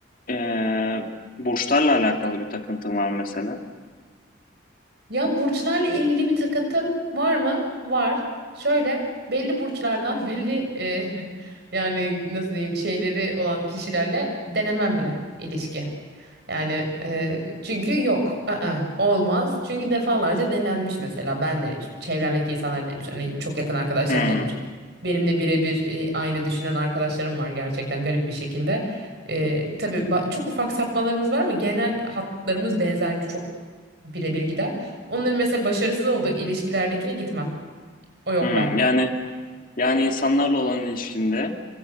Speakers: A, on the left; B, on the right.
A: eee burçlarla alakalı bir takıntın var mesela.
B: Ya burçlarla ilgili bir takıntım var mı? Var. Şöyle belli burçlardan <laughs> belli e, yani nasıl diyeyim şeyleri olan kişilerle denemem bile ilişki. Yani e, çünkü yok, ı-ı, olmaz. Çünkü defalarca denenmiş mesela ben denemişim, çevremdeki insanlar denemiş, hani çok yakın arkadaşlarım
A: Hmm,
B: denemiş. Benim de birebir e, aynı düşünen arkadaşlarım var gerçekten garip bir şekilde. E, tabii ba- çok ufak sapmalarımız var ama genel hatlarımız benzer, çok birebir gider. Onların mesela başarısız olduğu ilişkilerdekine gitmem. O yok
A: hmm.
B: bende.
A: Yani yani insanlarla olan ilişkinde